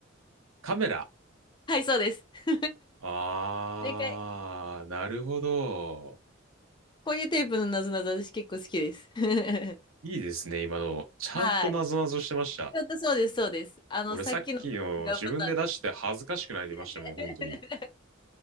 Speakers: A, on the right; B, on the left.
A: カメラ。
B: はい、そうです。<laughs>
A: あー、
B: なんか、
A: なるほど。
B: こういうテープのなぞなぞ、私結構好きです。<laughs>
A: いいですね、今の。ちゃんとなぞなぞしてました。
B: はい。ちょっとそうです、そうです。あの、
A: 俺さっきの自分で出して恥ずかしくなりましたもん、
B: さっきのと違うパターンです。<laughs>
A: 本当に。